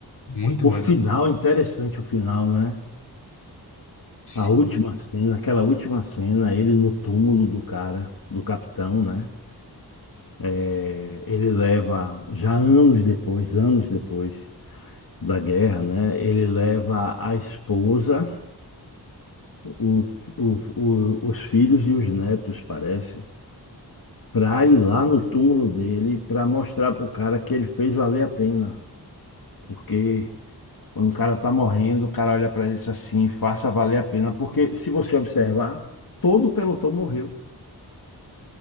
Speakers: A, on the left; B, on the left.
A: Muito
B: O
A: bom
B: final,
A: esse.
B: interessante o final, né?
A: Sim.
B: A última cena, aquela última cena, ele no túmulo do cara, do capitão, né? É, ele leva, já anos depois, anos depois da guerra, né? Ele leva a esposa, o, o- o- os filhos e os netos, parece, para ir lá no túmulo dele para mostrar pro cara que ele fez valer a pena. Porque quando o cara tá morrendo, o cara olha para ele e diz assim, faça valer a pena. Porque se você observar, todo o pelotão morreu